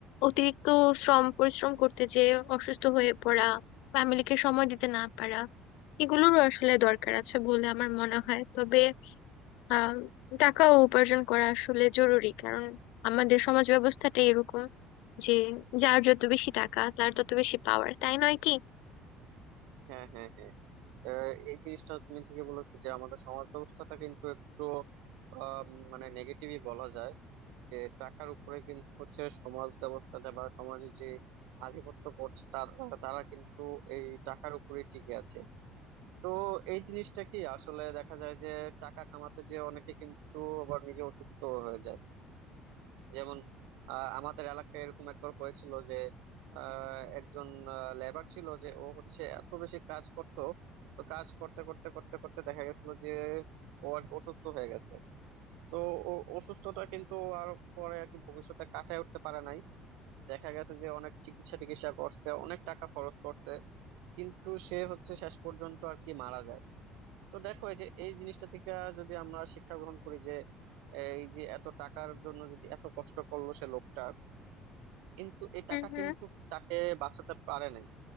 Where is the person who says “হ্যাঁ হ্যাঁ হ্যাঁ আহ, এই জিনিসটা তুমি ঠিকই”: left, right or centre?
Right